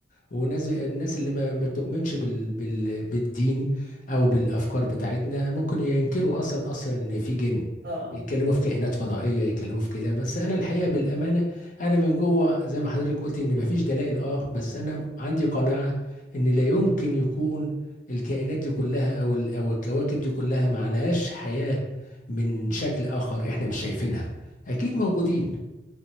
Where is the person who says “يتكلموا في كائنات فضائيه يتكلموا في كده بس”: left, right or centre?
Left